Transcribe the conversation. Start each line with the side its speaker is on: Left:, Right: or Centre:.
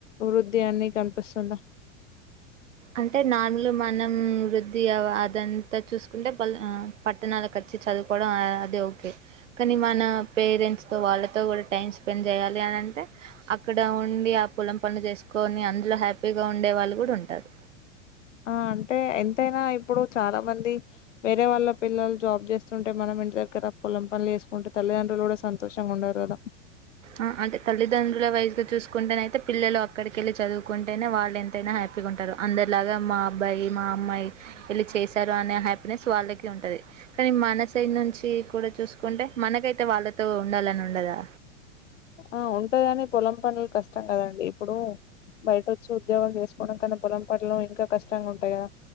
Left: వృద్ధి అన్ని కనిపిస్తుందా
Right: అంటే నార్మలు మనం వృద్ధి అవ్ అదంతా చూసుకుంటే పల్ పట్టణాల క చి చదువుకోవడం అది ఓకే కానీ మన పేరెంట్స్ తో వాళ్ళతో కూడా టైమ్ స్పెండ్ చేయాలి అనంటే అక్కడ ఉండి ఆ పొలం పనులు చేసుకొని అందులో హ్యాపీగా ఉండే వాళ్ళు కూడా ఉంటారు
Left: ఆ అంటే ఎంతైనా ఇప్పుడు చాలా మంది వేరే వాళ్ళ పిల్లలు జాబ్ చేస్తుంటే మనం ఇంటి దగ్గర పొలం పనులు చేసుకుంటే తల్ మీ లాంటోలు కూడా సంతోషంగా ఉండరు గదా
Right: ఆ అంటే తల్లిదండ్రుల వయసు చూసుకుంటే నయితే పిల్లలు అక్కడికెళ్ళి చదువుకుంటేనే వాళ్ళు ఎంతైనా హ్యాపీ హ్యాపీ గా ఉంటారు అందరిలాగా మా అబ్బాయి మా అమ్మాయి వెళ్ళి చేశారు అనే హ్యాపీనెస్ వాళ్ళకి ఉంటది కానీ మన సైడ్ నుంచి కూడా చూసుకుంటే మనకైతే వాళ్ళతో ఉండాలని ఉండదా
Left: ఆ ఉంటాగాని పొలం పనులు కష్టం కదండి ఇప్పుడు బయట వచ్చి ఉద్యోగం చేసుకోవడం కనీ పొలం పనులు ఇంకా కష్టంగా ఉంటాయి గదా